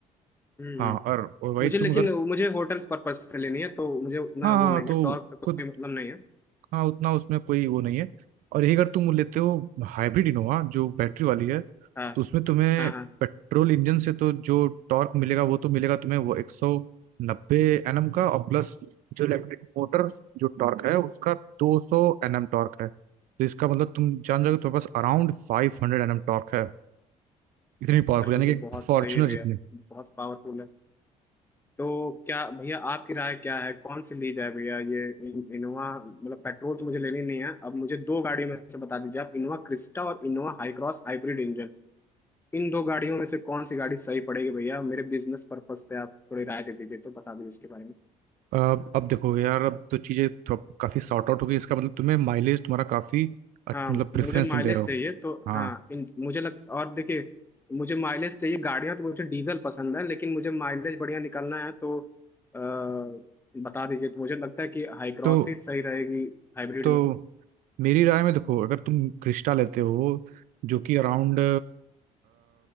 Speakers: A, on the left (about 15°); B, on the right (about 70°).
A: हम्म
B: हाँ
A: हम्म।
B: और और वही
A: मुझे लेकिन
B: तुम अगर
A: मुझे होटल्स पर्पज से लेनी है तो मुझे उतना
B: हाँ
A: वो
B: हाँ
A: नहीं
B: हाँ, तो
A: है टॉर्क का कोई
B: कुछ
A: मतलब नहीं है
B: हाँ उतना उसमें कोई वो नहीं है और यही अगर तुम लेते हो हाइब्रिड इनोवा जो बैटरी वाली है
A: हाँ
B: तो उसमें तुम्हें
A: हाँ हाँ
B: पेट्रोल इंजन से तो जो टॉर्क मिलेगा वो तो मिलेगा तुम्हें वो एक सौ नब्बे एन एम का और प्लस जो इलेक्ट्रिक मोटर जो टॉर्क है उसका दो सौ एन एम टॉर्क है तो इसका मतलब तुम जान जाओगे तुम्हारे पास अराउंड फाइव हंड्रेड एन एम टॉर्क है इतनी पावरफुल
A: अरे तो,
B: यानी
A: तो
B: कि
A: बहुत
B: फॉर्चुनर
A: सही है भैया
B: जितनी
A: बहुत पावरफुल है तो क्या भैया आपकी राय क्या है कौन सी ली जाए भैया ये इन- इनोवा मतलब पेट्रोल तो मुझे लेनी नहीं है अब मुझे दो गाड़ियों में से बता दीजिए आप इनोवा क्रिस्टा और Innova Hycross hybrid engine इन दो गाड़ियों में से कौन सी गाड़ी सही पड़ेगी भैया मेरे बिजनेस पर्पस पे आप थोड़ी राय दे दीजिए तो बता दीजिए इसके बारे में
B: अब अब देखो यार अब तो चीजें थोड़ा- काफी सॉर्ट आउट हो गई इसका मतलब तुम्हें माइलेज तुम्हारा काफी अच्छ-
A: हाँ
B: मतलब प्रेफरेंस
A: मुझे माइलेज
B: तुम दे रहे हो
A: चाहिए तो
B: हाँ
A: हाँ इन, मुझे लग और देखिए मुझे माइलेज चाहिए गाड़ियाँ तो मुझे डीजल पसंद है लेकिन मुझे माइलेज बढ़िया निकालना है तो आ, बता दीजिए तो मुझे लगता है कि हाईक्रॉस
B: तो
A: ही सही रहेगी हाइब्रिड
B: तो
A: में
B: मेरी राय में देखो अगर तुम क्रिस्टा लेते हो जो कि अराउंड